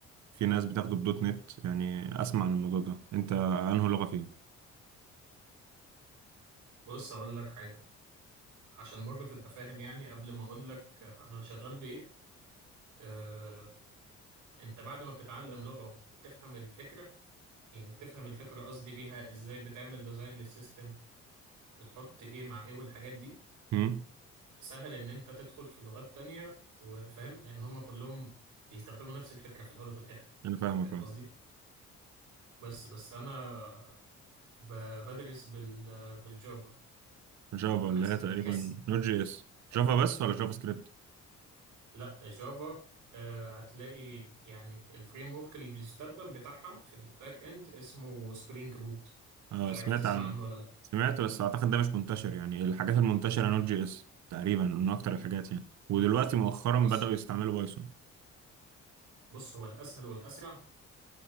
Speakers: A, on the right (about 70°); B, on the right (about 85°).
A: في ناس بتاخده بدوت نت يعني اسمع عن الموضوع ده انت انهي لغه فيهم
B: بص أقول لك حاجة عشان مرة تبقى فاهم يعني قبل ما أقول لك أنا شغال بإيه آه، أنت بعد ما بتتعلم لغة وبتفهم الفكرة يعني بتفهم الفكرة قصدي بيها إزاي بتعمل ديزاين للسيستم بتحط إيه مع إيه والحاجات دي
A: امم
B: سهل ان انت تدخل في لغات تانية وفاهم لان هم كلهم بيستخدموا نفس الفكرة في الاول وفي الاخر
A: انا فاهمك
B: فاهم
A: اه
B: قصدي بس بس انا ب- بدرس بال بالجافا
A: جافا اللي
B: حس...
A: هي
B: هتحس
A: تقريبا نود جي اس
B: هت...
A: جافا بس ولا جافا سكريبت
B: لا جافا آه، هتلاقي يعني الفريم ورك اللي بيستخدم بتاعها في الباك اند اسمه سبرينج بوت
A: اه
B: مش عارف
A: سمعت
B: تسمع
A: عنه
B: عنه ولا لا
A: سمعت بس اعتقد ده مش منتشر يعني الحاجات المنتشره نود جي اس تقريبا من اكتر الحاجات يعني ودلوقتي مؤخرا
B: بص
A: بداوا يستعملوا بايثون
B: بص هو الاسهل والاسرع